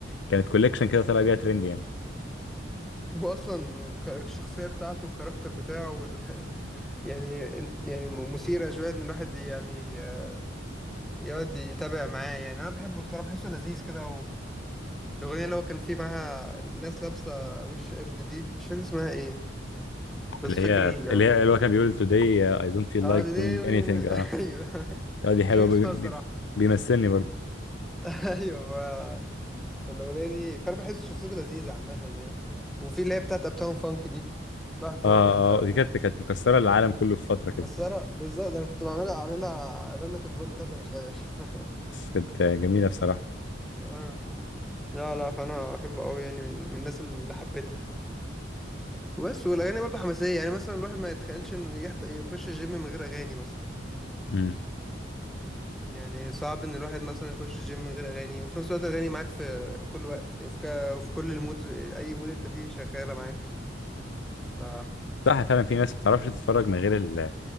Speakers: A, on the left; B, in the centre.
A: كانت كوليكشن كده طلع بيها ترند يعني
B: هو أصلا ك- الشخصية بتاعته الكاركتر بتاعه وال... <laughs> يعني انت يعني م- مثيرة شوية إن الواحد يعني آه، يقعد يتابع معاه يعني أنا بحبه الصراحة بحسه لذيذ كده الأغنية اللي هو كان فيه معاها ناس لابسة وش قرد دي مش فاكر اسمها ايه بس
A: اللي
B: فاكر
A: هي
B: ال
A: اللي هي اللي هو كان بيقول today uh, I don't feel
B: اه
A: like
B: دي دي
A: doing
B: وين
A: anything اه
B: <laughs> ايوه
A: اه دي حلوه
B: مش فاكر
A: بي-
B: اسمها
A: بي-
B: الصراحة
A: بيمثلني برضو
B: <laughs> ايوه ف... فالأغنية دي فأنا بحس شخصيته لذيذة عامة يعني وفي اللي هي بتاعت أبتاون فانك دي تحفة
A: اه اه
B: برضه بحبها أوي
A: آه، دي كانت كانت مكسره العالم كله في فتره كده
B: مكسرة بالظبط أنا كنت بعملها أعملها رنة الموبايل بتاعتي وأنا صغير <laughs>
A: كانت آه، جميله بصراحه
B: آه. لا لا فأنا أحبه أوي يعني من, من الناس اللي حبيتها بس والأغاني برضه حماسية يعني مثلا الواحد ما يتخيلش إن يحض... يخش الجيم من غير أغاني مثلا
A: امم
B: يعني صعب ان الواحد مثلا يخش الجيم من غير اغاني وفي نفس الوقت الاغاني معاك في كل وقت يعني في ك- وفي كل المود اي مود انت فيه شغاله معاك ف
A: صح فعلا في ناس ما بتعرفش تتفرج من غير ال-